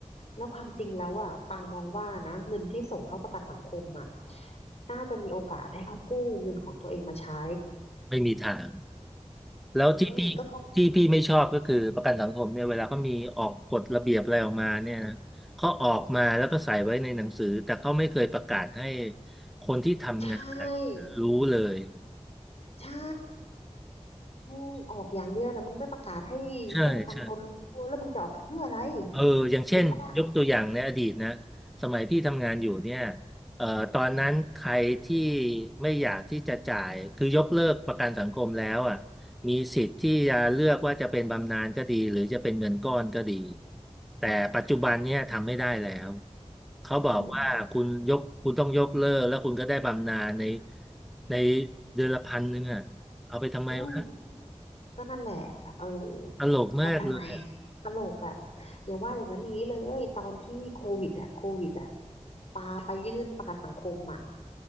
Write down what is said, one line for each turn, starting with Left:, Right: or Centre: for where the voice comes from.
Left: แล้วความจริงแล้วอะปามองว่านะเงินที่ส่งเข้าประกันสังคมอะน่าจะมีโอกาสให้เขากู้เงินของตัวเองมาใช้
Centre: ไม่มีทางแล้วที่พี่ที่พี่ไม่ชอบก็คือประกันสังคมเนี่ยเวลาเขามีออกกฎระเบียบอะไรออกมาเนี่ยนะเขาออกมาแล้วก็ใส่ไว้ในหนังสือแต่เขาไม่เคยประกาศให้
Left: อืมก็เขา
Centre: คนที่ทำงาน
Left: ใช่
Centre: รู้เลย
Left: ใช่ มึงออกอย่างเดียวแต่มึงไม่ประกาศให้ผู้ประกันตนรู้แล้วมึงจะออกเพื่ออะไร
Centre: ใช่ใช่ เอออย่างเช่น
Left: ถูกปะล่ะ
Centre: ยกตัวอย่างในอดีตนะสมัยพี่ทำงานอยู่เนี่ยเอ่อตอนนั้นใครที่ไม่อยากที่จะจ่าย คือยกเลิกประกันสังคมแล้วอ่ะมีสิทธิ์ที่จะเลือกว่าจะเป็นบำนาญก็ดี หรือจะเป็นเงินก้อนก็ดี แต่ปัจจุบันเนี่ยทำไม่ได้แล้ว เขาบอกว่าคุณยกคุณต้องยกเลิกแล้วคุณก็ได้บำนาญใน
Left: อืม
Centre: ในเดือนละพันหนึ่งอ่ะเอาไปทำไมวะ
Left: อืมก็นั่นแหละเออ
Centre: ตลกมากเลยอะ
Left: จะเอาไปทำไมตลกอ่ะอย่าว่าอย่างนั้นอย่างนี้เลยตอนที่โควิดอ่ะโควิดอ่ะปาไปยื่นประกันสังคมอ่ะ